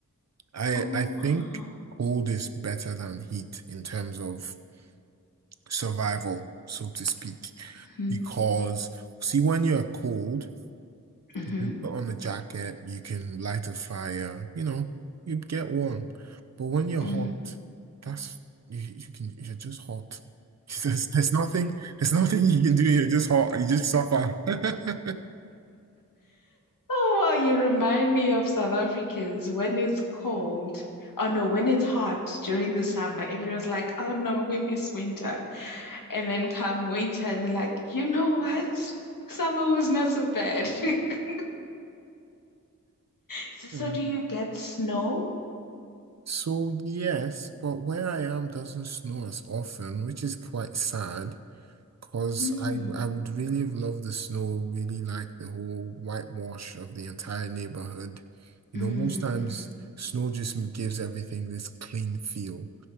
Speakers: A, on the right; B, on the left.
A: I
B: Oh,
A: I think
B: wow.
A: cold is better than heat in terms of survival, so to speak.
B: Hmm.
A: Because, see, when you're cold,
B: Mm-hmm.
A: you can put on a jacket, you can light a fire, you know, you'd get warm. But when you're
B: mm
A: hot, that's you, you can you're just hot. <laughs> There's, there's nothing, there's nothing you can do. You're just hot. You just suffer. <laughs>
B: Oh, wow, you remind me of South Africans when it's cold. Oh no, when it's hot during the summer, everyone's like, oh no, we miss winter. And then come winter, and they're like, you know what? Summer was not so bad. <laughs> So, so
A: Yeah.
B: do you get snow?
A: So yes, but where I am doesn't snow as often, which is quite sad. Cause
B: Mm,
A: I I would really love the snow, really like the whole whitewash of the entire neighborhood. You
B: mm,
A: know, most times snow just gives everything this clean feel,